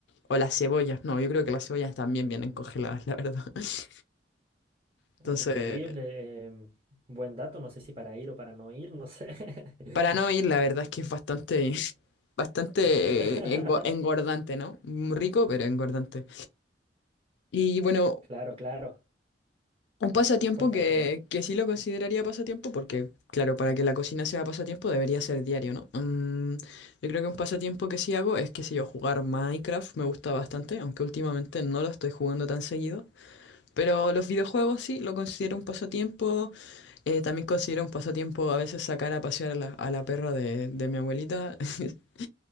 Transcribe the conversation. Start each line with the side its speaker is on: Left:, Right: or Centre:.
Left: O las cebollas, no, yo creo que las cebollas también vienen congeladas, la verdad. <laughs>
Right: uy,
Left: Entonces,
Right: increíble. em, buen dato, no sé si para ir o para no ir, no sé. <laughs>
Left: para no ir, la verdad es que es bastante, <laughs> bastante
Right: <laughs>
Left: eh, engo- engordante, ¿no? Mm, Rico, pero engordante. Y bueno,
Right: Claro, claro.
Left: Un pasatiempo
Right: Cuéntame,
Left: que,
Right: perdón.
Left: que sí lo consideraría pasatiempo porque, claro, para que la cocina sea pasatiempo debería ser diario, ¿no? Mm, yo creo que un pasatiempo que sí hago es, qué sé yo, jugar Minecraft, me gusta bastante, aunque últimamente no lo estoy jugando tan seguido. Pero los videojuegos sí lo considero un pasatiempo. Eh, también considero un pasatiempo a veces sacar a pasear a la, a la perra de, de mi abuelita. <laughs>